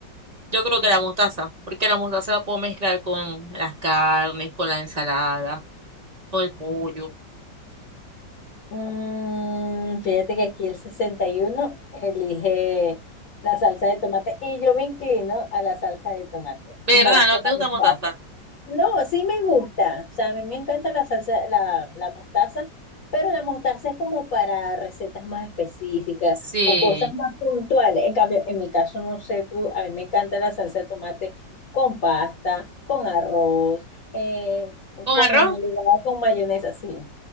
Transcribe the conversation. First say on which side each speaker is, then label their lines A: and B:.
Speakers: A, on the right; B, on the left.
A: Yo creo que la mostaza, porque la mostaza la puedo mezclar con las carnes, con la ensalada, con el pollo.
B: Mm, fíjate que aquí el 61 elige la salsa de tomate y yo me inclino a la salsa de tomate,
A: ¿Verdad?
B: más
A: ¿No
B: que
A: te
B: la
A: gusta
B: mostaza.
A: mostaza?
B: No, sí me gusta. O sea, a mí me encanta la salsa, la, la mostaza, pero la mostaza es como para recetas más específicas
A: Sí.
B: o cosas más puntuales. En cambio, en mi caso, no sé tú, a mí me encanta la salsa de tomate con pasta, con arroz, eh,
A: ¿Con
B: con
A: arroz?
B: ligada con mayonesa, sí.